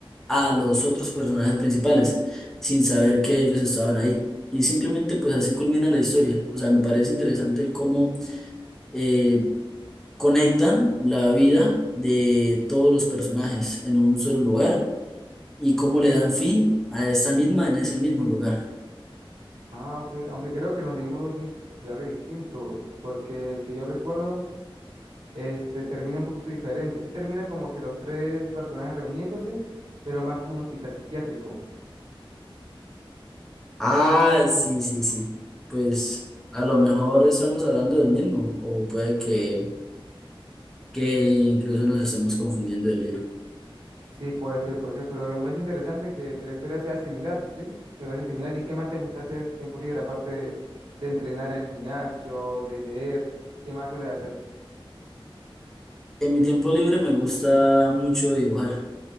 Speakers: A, in the centre; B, on the right.
A: a los otros personajes principales sin saber que ellos estaban ahí. Y simplemente pues así culmina la historia. O sea, me parece interesante el cómo eh, conectan la vida de todos los personajes en un solo lugar y cómo le dan fin a esta misma en ese mismo lugar.
B: Ah, ok, aunque creo que nos leímos dos libros de Aquelarre distintos, porque el que yo recuerdo, este, termina un poquito diferente. Sí termina como que los tres personajes reuniéndose, pero más como un hospital psiquiátrico.
A: Ah, sí, sí, sí. Pues a lo mejor estamos hablando del mismo o puede que, que incluso nos estemos confundiendo del libro.
B: Sí, puede ser, puede ser, pero me parece interesante que, que la historia sea similar, ¿sí? Me parece similar. ¿Y qué más te gusta hacer en su tiempo libre, aparte de, de entrenar en el gimnasio, de leer? ¿Qué más sueles hacer?
A: En mi tiempo libre me gusta mucho dibujar.